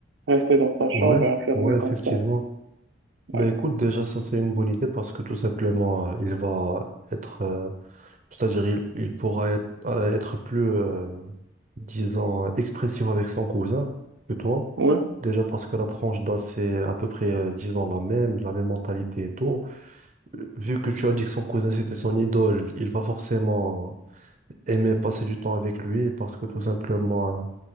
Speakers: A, on the right; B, on the right.
A: rester dans sa chambre
B: Ouais,
A: enfermé
B: ouais,
A: comme
B: effectivement.
A: ça.
B: Bah
A: Ouais,
B: écoute, déjà ça c'est une bonne idée parce que tout simplement, euh, il va être euh, C'est-à-dire, il, il pourra être, euh, être plus, euh, disons, expressif avec son cousin que toi.
A: ouais,
B: Déjà parce que la tranche d'âge, c'est à peu près, euh, disons, la même, la même mentalité et tout. Euh, Vu que tu as dit que son cousin, c'était son idole, il va forcément aimer passer du temps avec lui parce que tout simplement,